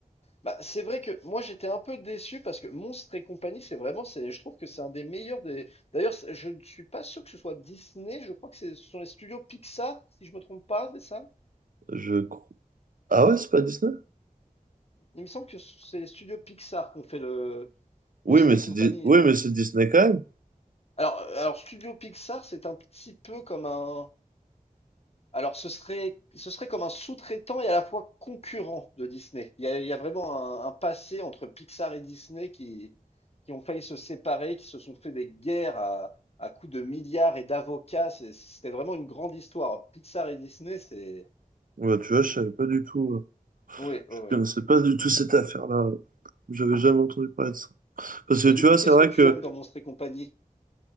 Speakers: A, on the left (about 45°); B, on the right (about 70°).
A: Bah, c'est vrai que moi j'étais un peu déçu parce que Monstres et compagnie, c'est vraiment, c'est, je trouve que c'est un des meilleurs des. D'ailleurs, c'est- je ne suis pas sûr que ce soit Disney, je crois que c'est- ce sont les studios Pixar, si je me trompe pas, c'est ça?
B: Je crois. Ah ouais, c'est pas Disney?
A: Il me semble que c'est les studios Pixar qui ont fait le Monstres
B: Oui, mais
A: et
B: c'est
A: compagnie.
B: Di- oui, mais c'est Disney quand même.
A: Alors, euh, alors Studio Pixar, c'est un petit peu comme un. Alors, ce serait, ce serait comme un sous-traitant et à la fois concurrent de Disney. Il y a, il y a vraiment un, un passé entre Pixar et Disney qui, qui ont failli se séparer, qui se sont fait des guerres à, à coups de milliards et d'avocats. C'est- C'était vraiment une grande histoire. Pixar et Disney, c'est...
B: Ouais, tu vois, je savais pas du tout. euh,
A: Oui,
B: Je
A: oui, oui.
B: connaissais pas du tout cette affaire-là. J'avais jamais entendu parler de ça. Parce que
A: Et
B: tu
A: du coup,
B: vois,
A: qu'est-ce
B: c'est vrai
A: que tu
B: que
A: aimes dans Monstres et compagnie?